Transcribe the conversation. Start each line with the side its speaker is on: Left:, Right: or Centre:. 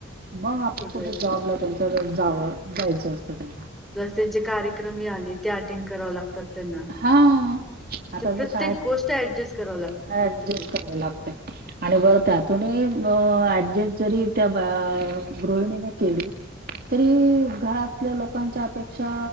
Right: मग आपलं
Centre: सगळे
Right: कुठं जॉबला त्यांच्याकड जावं जायचं होतं त्यांना
Centre: जस त्यांचे कार्यक्रमही आले ते अटेंड कराव लागतात. त्यांना.
Right: हा आता
Centre: जे प्रत्येक
Right: तर शाळेत
Centre: गोष्ट ऍडजस्ट करावी लागते
Right: ऍडजस्ट
Centre: प्रत्येक गोष्ट
Right: करावे लागत. आणि बरं त्यातून ऍडजस्ट जरी त्या गृहिणीने केली. तरी घरातल्या लोकांच्या अपेक्षा